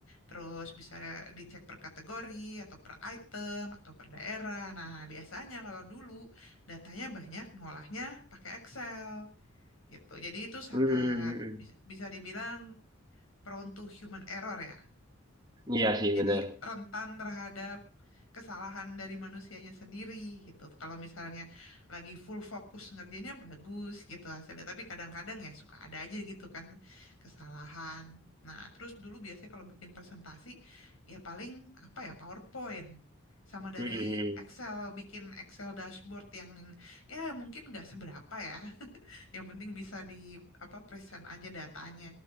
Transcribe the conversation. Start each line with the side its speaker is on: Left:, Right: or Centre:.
Left: terus bisa dicek per kategori atau per item atau per daerah. Nah, biasanya kalau dulu datanya banyak, ngolahnya pakai Excel gitu. Jadi itu sangat
Right: hmm, hmm, hmm.
Left: bis- bisa dibilang prone to human error ya.
Right: Iya
Left: Su-
Right: sih
Left: Jadi
Right: bener.
Left: rentan terhadap kesalahan dari manusianya sendiri gitu. Kalau misalnya lagi full fokus ngerjainnya bagus gitu hasilnya, tapi kadang-kadang ya suka ada aja gitu kan kesalahan. Nah, terus dulu biasanya kalau bikin presentasi ya paling apa ya PowerPoint sama dari
Right: Hmm, hmm, hmm.
Left: Excel bikin Excel dashboard yang ya mungkin nggak seberapa ya yang penting bisa di apa present aja datanya.